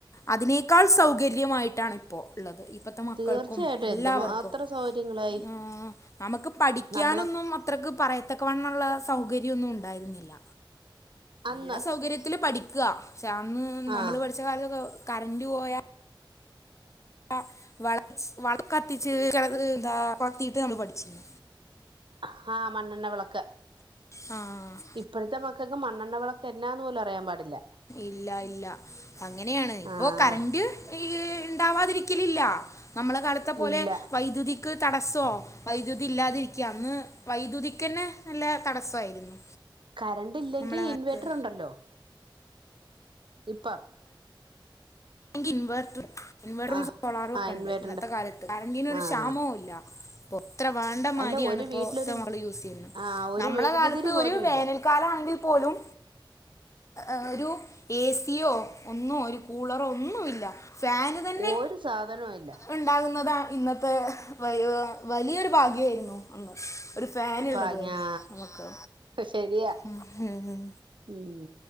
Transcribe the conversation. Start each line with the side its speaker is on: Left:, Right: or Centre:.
Left: അതിനേക്കാൾ സൗകര്യമായിട്ടാണ് ഇപ്പോ ഉള്ളത് ഇപ്പത്തെ മക്കൾക്കും
Right: തീർച്ചയായിട്ടും
Left: എല്ലാവർക്കും
Right: എന്തുമാത്രം സൗകര്യങ്ങളായി
Left: ആഹ് നമുക്ക് പഠിക്കാനൊന്നും
Right: നമ്മളെ
Left: അ ത്രയ്ക്ക് പറയത്തക്കവണ്ണള്ള സൗകര്യൊന്നും ഉണ്ടായിരുന്നില്ല.
Right: അന്ന്
Left: ഇള്ള സൗകര്യത്തില് പഠിക്കാ ക്ഷേ അന്ന് നമ്മള്
Right: ആഹ്
Left: പഠിച്ച കാലത്തൊക്കെ കറന്റ് പോയാ <unintelligible> വള വളക്ക് കത്തിച്ച് ക എന്താ കൊളത്തിട്ട് നമ്മൾ പഠിച്ചിനി.
Right: ആഹ് മണ്ണെണ്ണ വെളക്ക്.
Left: ആഹ്
Right: ഇപ്പോഴത്തെ മക്കൾക്ക് മണ്ണെണ്ണവിളക്ക് എന്നാന്ന് പോലും അറിയാൻ പാടില്ല.
Left: ഇല്ല ഇല്ല അങ്ങനെയാണ് ഇപ്പോ
Right: ആഹ്
Left: കറ ന്റ് ഇ ഇണ്ടാവാതിരിക്കലില്ലാ നമ്മടെ കാലത്തെ പോലെ
Right: ഇല്ല
Left: വൈദ്യുതി ക്ക് തടസ്സോ വൈദ്യുതി ഇല്ലാതിരിക്ക്യാ അന്ന് വൈദ്യുതിക്കന്നെ നല്ല തടസ്സമായിരുന്നു.
Right: കറണ്ട് ഇല്ലെങ്കിൽ
Left: നമ്മളെ കാലത്ത്
Right: ഇൻവേർട്ടർ ഉണ്ടല്ലോ ഇപ്പം
Left: ഇൻവെർട്ടറും ഇൻവെർട്ടറും
Right: ആഹ്
Left: സോളാറും ഒക്കെ
Right: ആഹ്
Left: ഉണ്ട്
Right: ഇൻവേർട്ടർണ്ട്
Left: ഇന്നത്തെ കാലത്ത് കറന്റിനൊരു
Right: ആഹ്
Left: ക്ഷാമവും ഇല്ല. ഇപ്പോ എത്ര വേണ്ട മാരിയാണ്
Right: അല്ല ഒരു
Left: ഇപ്പോ
Right: വീട്ടിലൊരു
Left: നമ്മള് യൂസ് ചെയ്യുന്നത്
Right: ആ ഒരു
Left: നമ്മളെ
Right: മെഴുകുതിരി
Left: കാലത്ത്
Right: പോലും
Left: ഒരു
Right: ഇല്ല
Left: വേനൽ കാലമാണെങ്കിൽ പോലും ഏഹ് ഒരു ഏ സിയോ ഒന്നോ ഒരു കൂളറോ ഒന്നുമില്ല ഫാന് തന്നെ
Right: ഒരു സാധനവും ഇല്ല.
Left: ഉണ്ടാകുന്നതാ ഇന്നത്തെ വ വലിയൊരു ഭാഗ്യമായിരുന്നു. അന്ന് ഒരു ഫാൻ
Right: ഭാഗ്യാ
Left: ഉള്ളത് തന്നെ നമുക്ക്
Right: ശരിയാ
Left: ഉം
Right: ഉം